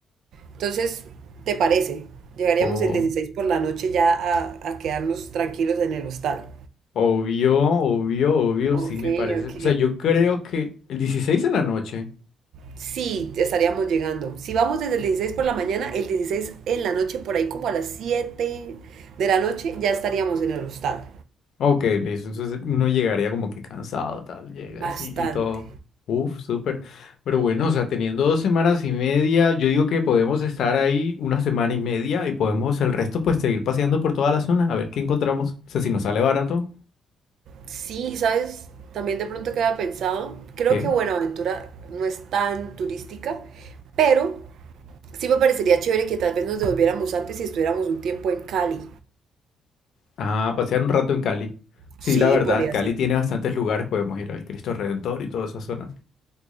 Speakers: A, on the right; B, on the left.
A: entonces, ¿te parece? Llegaríamos
B: O-
A: el 16 por la noche ya a, a quedarnos tranquilos en el hostal.
B: obvio, obvio, obvio, sí
A: Ok,
B: me parece.
A: ok.
B: O sea, yo creo que el 16 de la noche.
A: Sí, estaríamos llegando. Si vamos desde el 16 por la mañana, el 16 en la noche, por ahí como a las siete de la noche, ya estaríamos en el hostal.
B: Ok, listo. Entonces uno llegaría como que cansado, tal, llegas
A: Bastante.
B: y, y todo. Uf, súper. Pero bueno, o sea, teniendo dos semanas y media, yo digo que podemos estar ahí una semana y media y podemos el resto pues seguir paseando por toda la zona, a ver qué encontramos. O sea, si nos sale barato,
A: Sí, ¿sabes? También de pronto queda pensado. Creo
B: ¿qué?
A: que Buenaventura no es tan turística, pero sí me parecería chévere que tal vez nos devolviéramos antes y estuviéramos un tiempo en Cali.
B: Ah, pasear un rato en Cali. Sí,
A: Sí,
B: la verdad,
A: podría
B: Cali
A: ser.
B: tiene bastantes lugares, podemos ir al Cristo Redentor y todas esas zonas.